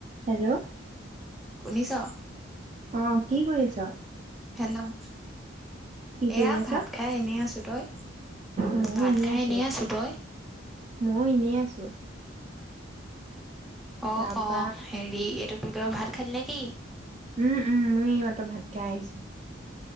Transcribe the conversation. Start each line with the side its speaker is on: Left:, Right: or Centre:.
Right: Hello
Centre: শুনিছ।
Right: অ কি কৰিছ।
Centre: হেল্ল'। এয়া
Right: কৰি আছ?
Centre: ভাত খাই এনেই আছোঁ তই
Right: ময়ো
Centre: ভাত খাই
Right: আছো।
Centre: এনেই আছোঁ তই।
Right: ময়ো এনেই আছোঁ।
Centre: অ অ
Right: তাৰপা
Centre: অ হেৰি, এইটো কি কয় ভাত খালি নেকি?
Right: উম উম মই এইমাত্ৰ খাই আহিছোঁ।